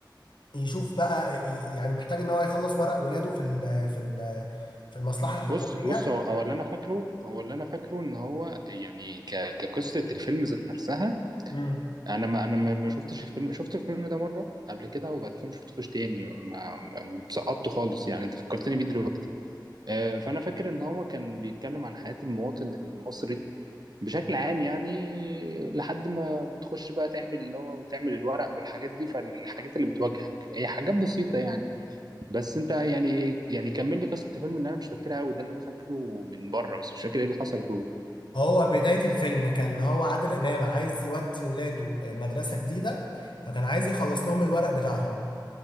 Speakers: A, on the left; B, on the right.
A: يشوف بقى ي- يعني محتاج ان هو يخلص ورق ولاده في ال في ال في المصلحه الحكوميه
B: بص بص هو هو اللي انا فاكره هو اللي انا فاكره ان هو يعني ك... كقصه الفيلم ذات نفسها
A: مم.
B: انا ما انا ما ما شفتش الفيلم شفت الفيلم ده مره قبل كده وبعد كده ما شفتوش تاني ما ما- سقطته خالص يعني انت فكرتني بيه دلوقتي آه، فانا فاكر ان هو كان بيتكلم عن حياه المواطن المصري بشكل عام يعني لحد ما بتخش بقى تعمل اللي هو تعمل الورق والحاجات دي فالحاجات اللي بتواجهك هي حاجات بسيطه يعني بس انت يعني يعني كمل لي قصه الفيلم اللي انا مش فاكرها قوي ده اللي انا فاكره من بره بس مش فاكر ايه اللي حصل جوه
A: هو بداية الفيلم كان هو عادل إمام عايز يودي ولاده آه، مدرسة جديدة فكان عايز يخلص لهم الورق بتاعهم